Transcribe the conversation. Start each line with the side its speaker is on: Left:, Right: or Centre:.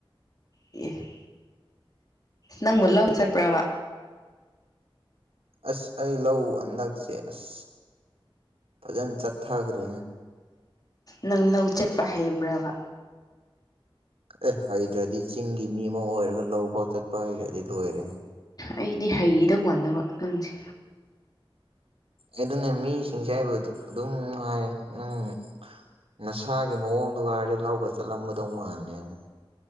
Left: ꯑ ꯅꯪꯕꯨ ꯂꯧ ꯆꯠ꯭ꯄꯔꯕ
Right: ꯑꯁ ꯑꯩ ꯂꯧ ꯍꯟꯗꯛꯁꯦ ꯑꯁ ꯐꯖꯅ ꯆꯠꯊꯈ꯭ꯔꯦꯅꯦ
Left: ꯅꯪ ꯂꯧ ꯆꯠꯄ ꯍꯩꯕ꯭ꯔꯕ
Right: ꯑꯦ ꯍꯩꯗ꯭ꯔꯗꯤ ꯆꯤꯡꯒꯤ ꯃꯤ ꯑꯃ ꯑꯣꯏꯔꯒ ꯂꯧ ꯐꯥꯎ ꯆꯠꯄ ꯍꯩꯗ꯭ꯔꯗꯤ ꯂꯣꯏꯔꯦꯍꯦ
Left: ꯑꯩꯗꯤ ꯍꯩꯗꯧ ꯃꯥꯟꯗꯕ ꯅꯪꯁꯦ
Right: ꯑꯗꯨꯅꯦ ꯃꯤꯁꯤꯡꯁꯦ ꯑꯩꯕꯨ ꯑꯗꯨꯝ ꯍꯥꯏꯌꯦ ꯅꯪ ꯅꯁꯥꯒꯤ ꯃꯑꯣꯡꯗꯨꯒ ꯍꯥꯏꯔꯗꯤ ꯂꯧꯒ ꯆꯠꯂꯝꯒꯗꯧ ꯃꯥꯟꯗꯦꯅ